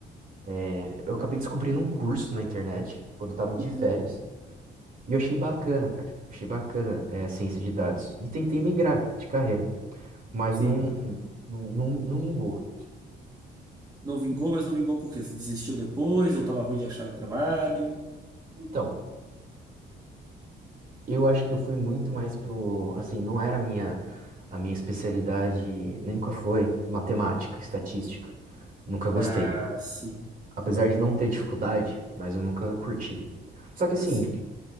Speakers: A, on the right (about 45°); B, on the right (about 20°).
A: é, eu acabei descobrindo um curso na internet, quando eu tava de
B: Uhum.
A: férias, e eu achei bacana, cara. Eu achei bacana, é, ciência de dados. E tentei migrar de carreira, mas
B: Sim.
A: não, não, não, não mingou.
B: Não vingou, mas não vingou porque quê? desistiu depois, eu tava ruim de achar trabalho.
A: Então, eu acho que eu fui muito mais pro, assim, não era a minha, a minha especialidade, nunca foi matemática, estatística. Nunca gostei.
B: Ah, sim.
A: Apesar de não ter dificuldade, mas eu nunca curti. Só que assim,
B: Sim.